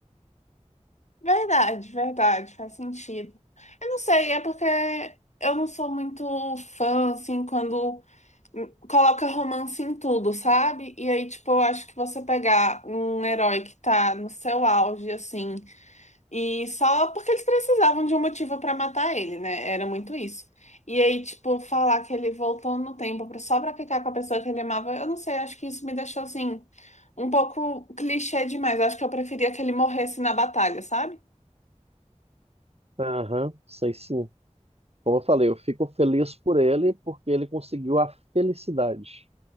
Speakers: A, on the left (about 65°); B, on the right (about 55°).
A: Verdade, verdade, faz sentido. Eu não sei, é porque eu não sou muito fã, assim, quando hum, coloca romance em tudo, sabe? E aí, tipo, eu acho que você pegar um herói que tá no seu auge, assim, e só porque eles precisavam de um motivo pra matar ele, né? Era muito isso. E aí, tipo, falar que ele voltou no tempo pra- só pra ficar com a pessoa que ele amava, eu não sei, acho que isso me deixou, assim, um pouco clichê demais. Eu acho que eu preferia que ele morresse na batalha, sabe?
B: Aham, sei sim. Como eu falei, eu fico feliz por ele porque ele conseguiu a felicidade.